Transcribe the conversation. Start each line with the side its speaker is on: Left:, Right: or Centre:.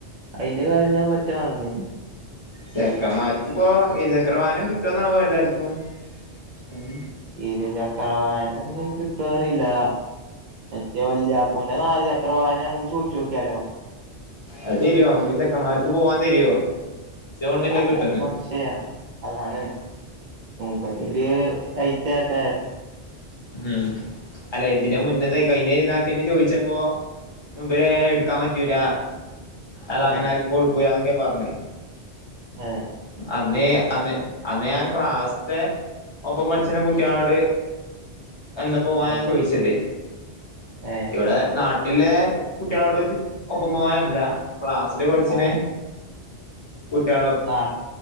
Right: അയ്ന്റെ കാര്യം ഞാൻ പറ്റെ മറന്നീന്നു
Left: ചെക്കമ്മാര്ക്ക്പ്പൊ ഇരുചക്ര വാഹനം കിട്ടോന്നാവോ എല്ലാര്ക്കും ഉം
Right: ഇരുചക്ര വാഹനം ഞ്ഞ്‌ കിട്ടാേ അറീലാ മറ്റേ വല്യാക്കൂന്റെ നാല് ചക്ര വാഹനം ഞമ്മക്ക് ചോയ്ച്ചോക്ക്യാലോ
Left: അത് തര്വോ മ്ക്ക് ചെക്കമ്മാര്ക്ക് പോവാൻ തര്വോ ഇച്ചാേൺല്ല
Right: അതാപ്പൊ
Left: കിട്ടുംന്ന്
Right: <unintelligible> അതാണ് മൂപ്പരൊര് ടൈറ്റാക്കാ
Left: ഉം അല്ല ഇതിന്റെ
Right: ഉം
Left: മുന്നെത്തേ കയ്ഞ്ഞെര്ന്നാ ക്കിന്ന് ചോയ്ച്ചപ്പോ ഇബരെ ഇട്ക്കാൻ പറ്റൂല അതങ്ങനാര്ക്കും
Right: ഏ
Left: കൊട് ന്നക്കെ പറഞ്ഞേ
Right: ഹേ
Left: അന്ന്േ അന്ന് അന്ന്േ ഞാൻ ക്ലാസ്ത്തെ ഒപ്പം പഠിച്ച കുട്ടികളോട് എന്ത പോവ
Right: ഏ
Left: ഞാ ചോയ്ച്ചത്
Right: ഏ
Left: ഇവിടെ നാട്ട ഇല്ലെ കുട്ട്യാളോടൊച് ഒപ്പം മോനല്ല ക്ലാസ്സില് പഠ്ച്ചിണേ.
Right: ആ
Left: കുട്ടാള
Right: നാട്ട